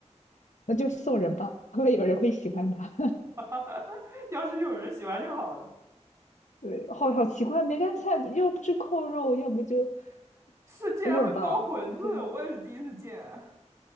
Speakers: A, on the left; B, on the right.
A: 那就送人吧，会不会有人会喜欢它？
B: <laughs> 要是有人喜欢就好了。
A: <laughs> 对，好好奇怪，梅干菜要不就扣肉，要不就
B: 是，竟然会包馄饨，
A: 肉吧，对。
B: 我也是第一次见。